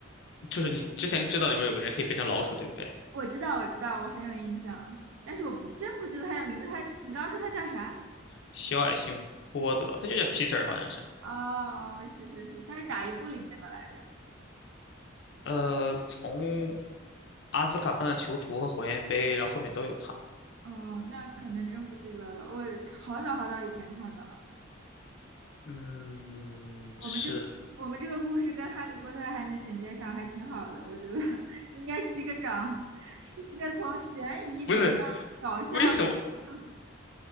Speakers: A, on the left; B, on the right.
A: 就是你之前知道里面有个人可以变成老鼠，对不对？
B: 我知道，我知道，我很有印象，但是我不真不记得他叫名字。他，你刚刚说他叫啥？
A: 小矮星波德，他就叫 Peter，好像是。
B: 哦哦，是是是，它是哪一部里面的来着？
A: 呃，从阿兹卡班的囚徒和火焰杯，然后后面都有他。
B: 哦，那可能真不记得了，我好早好早以前看的了。
A: 嗯，
B: 我们这我们这个故事跟《哈利波特》还能衔接上，
A: 是
B: 还挺好的，我觉得 <laughs> 应该击个掌。是一个从悬疑走向搞笑的走向，
A: 不是？为什么？